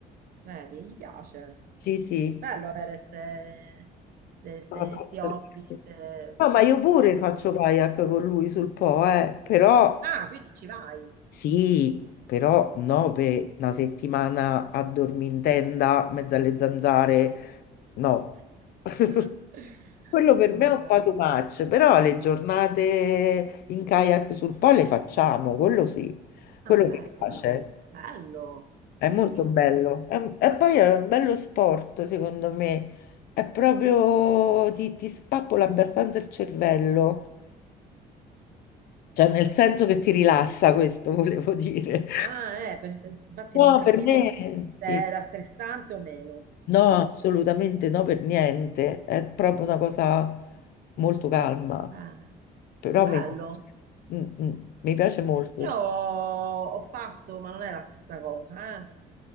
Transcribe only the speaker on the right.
Vedi, gli piace.
Bello avere ste, ste, ste-
sti hobby. ste-
Ah, quindi ci vai.
<laughs>
Mannaggia.
Ah,
vedi.
Bello,
bellissimo.
Ah, eh, per- infatti
non capivo
se
era stressante o meno.
Mm,
Bene.
Bello.
Io ho fatto, ma non è la stessa cosa, eh.